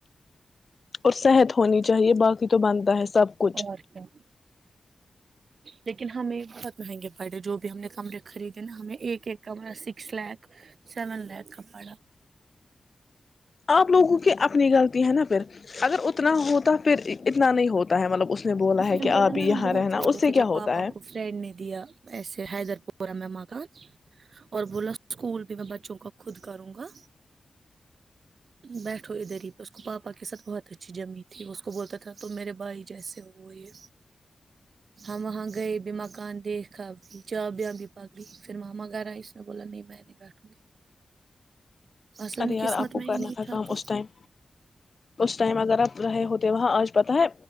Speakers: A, on the left; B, on the right.
A: اور صحت ہونی چاہیے باقی تو بنتا ہے سب کچھ
B: اورھا لیکن ہمیں بہت مہنگے پڑے جو بھی ہم نے کمرے خریدے نا ہمیں ایک ایک کمرہ سکس لاکھ سیون لاکھ کا پڑا
A: آپ لوگوں کی اپنی غلطی ہے نا پھر اگر اتنا ہو تو پھر اتنا نہیں ہوتا ہے مطلب اس
B: میں
A: ہے
B: نے
A: کہ
B: بولا
A: آپ
B: نا
A: یہاں
B: ہم بہت
A: رہنا
B: چھوٹے
A: اس سے
B: تھے
A: کیا
B: جب پاپا
A: ہوتا ہے
B: کو فرینڈ نے دیا ایسے حیدر پور میں ماں کا اور بولا اسکول بھی میں بچوں کو خود کروں گا بیٹھو ادھر ہی پہ اس کو پاپا کے ساتھ بہت اچھی جمی تھی اس کو بولتا تھا تم میرے بھائی جیسے ہو وہ یہ ہم وہاں گئے بھی مکان دیکھا بھی جا بھی بھی پکڑی پھر ماما کہہ رہا اس نے بولا نہیں میں نہیں بیٹھوں گی اصل
A: ارے
B: میں
A: یار
B: قسمت
A: آپ کو
B: میں ہی
A: کرنا
B: نہیں
A: تھا کام
B: تو
A: اس ٹائم اس ٹائم اگر آپ رہے ہوتے وہاں آج پتا ہے